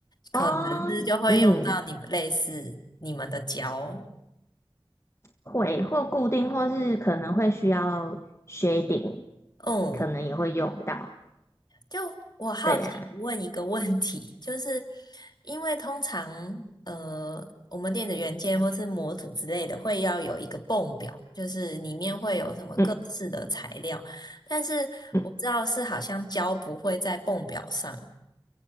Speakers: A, on the left (about 50°); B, on the left (about 30°).
A: 可能是就会用到你们类似你们的胶，
B: 哦，嗯，会或固定，或是可能会需要 shading，
A: 嗯。
B: 可能也会用到。
A: 就我好奇问一个问题，
B: 对呀、
A: 就是因为通常呃，我们电子元件或是模组之类的会要有一个泵表，就是里面会有什么各式的材料，
B: 嗯
A: 但是我知道是好像胶不会在泵表上，
B: 嗯，